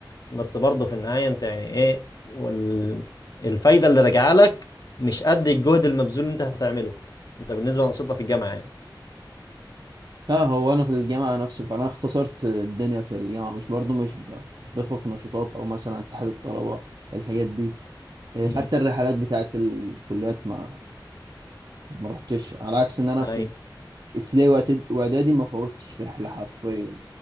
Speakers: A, on the left; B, on the right.
A: بس برضه في النهايه انت يعني ايه وال... الفايده اللي راجعه لك مش قد الجهد المبذول اللي انت هتعمله ده بالنسبه للانشطه في الجامعه يعني
B: اه هو انا في الجامعة نفس الحوار انا اختصرت الدنيا في الجامعة مش برضو مش ب... مش بدخل في نشاطات او مثلا اتحاد الطلبة الحاجات دي إيه،
A: مم.
B: حتى الرحلات بتاعت الكليات ما ما رحتش على عكس ان انا
A: اي
B: في ابتدائي وإعتد- واعدادي ما فوتش رحلة حرفيا